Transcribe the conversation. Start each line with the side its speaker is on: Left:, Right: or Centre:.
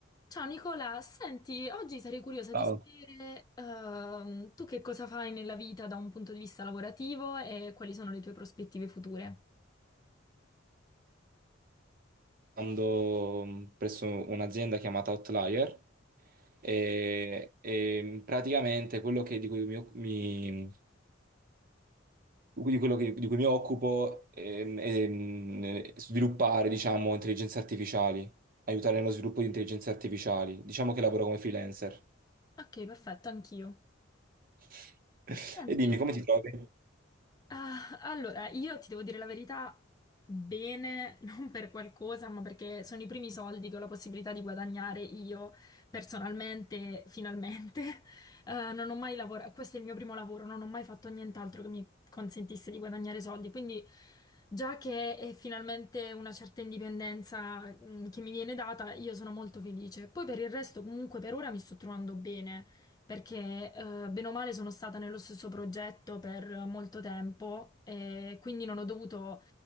Left: Ciao Nicola, senti, oggi sarei curiosa
Right: Ciao.
Left: di sapere ehm, tu che cosa fai nella vita da un punto di vista lavorativo e quali sono le tue prospettive future.
Right: lavorando presso un'azienda chiamata Outlier e, e praticamente quello che- di cui mi, occu- mi- di quello che- di cui mi occupo ehm, ehm, è, sviluppare, diciamo, intelligenze artificiali, aiutare nello sviluppo di intelligenze artificiali. Diciamo che lavoro come freelancer.
Left: Ok, perfetto, anch'io.
Right: <laughs>
Left: Senti,
Right: E dimmi, come ti trovi?
Left: Ah, allora, io ti devo dire la verità, bene, <laughs> non per qualcosa, ma perché sono i primi soldi che ho la possibilità di guadagnare io personalmente, finalmente. <laughs> Eh, non ho mai lavorato, questo è il mio primo lavoro, non ho mai fatto nient'altro che mi consentisse di guadagnare soldi, quindi già che è finalmente una certa indipendenza, mm, che mi viene data, io sono molto felice. Poi per il resto, comunque, per ora mi sto trovando bene perché eh, bene o male sono stata nello stesso progetto per molto tempo e quindi non ho dovuto